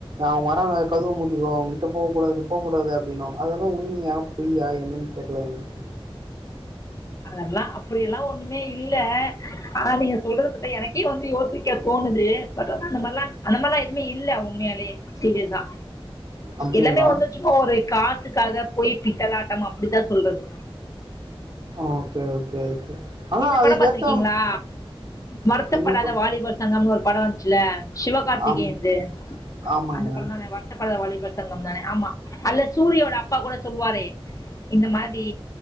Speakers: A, on the right; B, on the left.
A: அவங்க வராங்க கதவு மூடிக்கோ அவங்க கிட்ட போ கூடாது போ கூடாது அப்படின்னுவாங்க அதெல்லா உண்ம யா பொய்யா என்னன்னு தெரில எனக்கு
B: அதல்லா அப்படியல்லா ஒண்ணுமே இல்ல ஆனா நீங்க சொல்றது பாத்தா எனக்கே வந்து யோசிக்க தோணுது பட் அந்த மாரிலா அந்த மாரிலா எதுவுமே இல்ல உண்மையாலே சீரியஸா
A: அப்டிங்களா
B: எல்லாமே வந்துச்சும்ம ஒரு காச் காசுக்காக‌ பொய் பித்தலாட்டம் அப்டித்தா சொல்றது
A: ஓகே ஓகே ஓகே ஆனா
B: இந்த
A: அதுக்கேத்த
B: படோ பாத்திருக்கீங்களா வருத்தப்படாத
A: என்ன பண்
B: வாலிபர் சங்கம்னு ஒரு படோ வந்துச்சுல சிவகார்த்திகேயன்
A: ஆமா
B: து
A: ஆமாங்க
B: அந்தப்பட தான வருத்தப்படாத வாலிபர் பர் சங்கம் தான ஆமா அதுல சூரியோட அப்பா கூட சொல்லுவாரே இந்த மாதிரி